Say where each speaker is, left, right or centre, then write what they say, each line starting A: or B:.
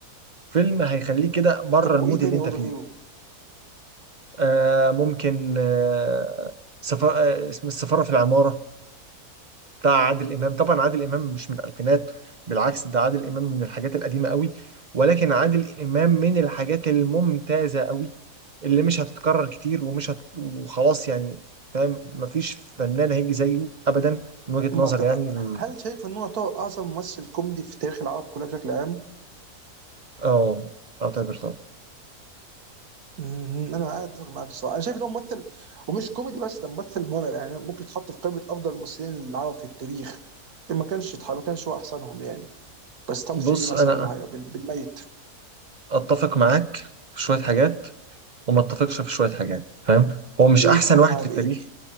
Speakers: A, on the right; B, on the right.
A: فيلم هيخليك كده بره
B: طب وايه
A: المود
B: تاني
A: اللي انت
B: برضه
A: فيه
B: غيره
A: آه ممكن آه سفر آه اسم السفارة في العمارة بتاع عادل امام طبعا عادل امام مش من الالفينات بالعكس ده عادل امام من الحاجات القديمه قوي ولكن عادل امام من الحاجات الممتازه قوي اللي مش هتتكرر كتير ومش هت... وخلاص يعني فاهم مفيش فنان هيجي زيه ابدا من وجهه
B: ما
A: نظر
B: ت...
A: يعني ال-
B: هل شايف ان هو يعتبر اعظم ممثل كوميدي في تاريخ العرب كلها بشكل عام
A: اه اعتبر طبعا
B: مهم. انا اتفق معاك الصراحه انا شايف ان هو ممثل ومش كوميدي بس ده ممثل مرعب يعني ممكن يتحط في قائمه افضل الممثلين العرب في التاريخ ما كانش يتح- ما كانش هو احسنهم يعني بس توب
A: بص
B: 3 مثلا
A: انا
B: ولا حاجه بال- بالميت
A: اتفق معاك في شويه حاجات وما اتفقش في شويه حاجات فاهم هو مش
B: ايه
A: احسن
B: اتفق
A: واحد
B: معايا
A: في
B: في
A: التاريخ
B: ايه